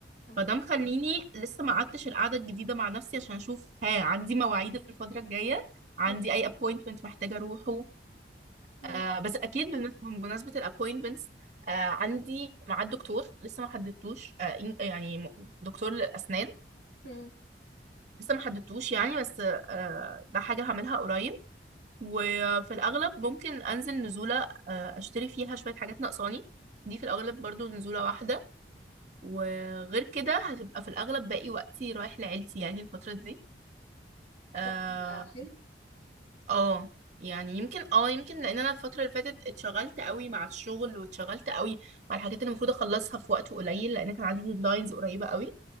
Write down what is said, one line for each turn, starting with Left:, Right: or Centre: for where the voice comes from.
Left: الحمد
Right: فده
Left: لله
Right: مخليني لسه ما قعدتش القعده الجديده مع نفسي عشان اشوف ها عندي مواعيد الفتره الجايه عندي
Left: <laughs>
Right: اي ابوينتمنت محتاجه اروحه
Left: مم.
Right: آه
Left: مم.
Right: بس اكيد بالنس- بمناسبه الابوينتمنتس آه عندي ميعاد دكتور لسه ما حددتوش آه إن- يعني م- دكتور للاسنان
Left: مم.
Right: لسه ما حددتوش يعني بس آه ده حاجه هعملها قريب وفي الاغلب ممكن انزل نزوله آه اشتري فيها شويه حاجات ناقصاني دي في الاغلب برضو نزوله واحده وغير كده هتبقى في الأغلب باقي وقتي رايح لعيلتي يعني الفترة دي اه
Left: طب حلو
Right: آه، يعني يمكن اه يمكن لان انا الفتره اللي فاتت اتشغلت قوي مع الشغل واتشغلت قوي مع الحاجات اللي المفروض اخلصها في وقت قليل لان كان عندي ديدلاينز قريبه قوي